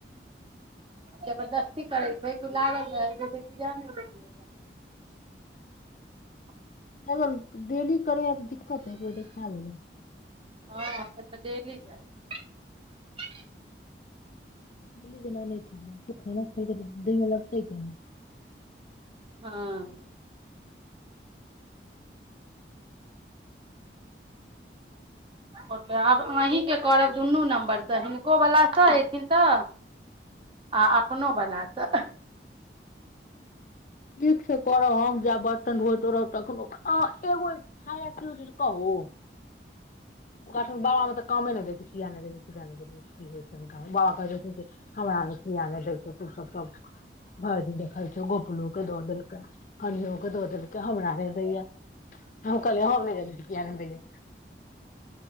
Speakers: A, on the right; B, on the left.
A: जबरदस्त कि करै छैइ गुलाब ज <inaudible>
B: अगर डेली करैय त दिक्कत है एक बेर देखा लेब
A: हँ त तऽ डेली जाइ छैइ
B: बोल्ली जे ननद खाना खलकै न देेह में लगतै कोना
A: छै हँ ओ त आब अहीँ के करब दुनू नम्बरसँ हिनकोवलासँ अयथिन तऽ आ अपनोवलासँ
B: ठीक छैइ करब हम जा बर्तन धोइतो रहब तखनो अ एगो फायदा कि होई छैइ से कहू ओकरा सके बाबा में त काम नहि दै छै कि आन दै किी ज देबै की हो छै <unintelligible> बाबा कहै छथिन जे हमरा आ किया नई दै छौ तो सब सब भरि दिन देख छ दो दिन क कन्नो द देलकैइ हमरा नैइ देइअ आहां कहलियै हमनी किया नई दैइअ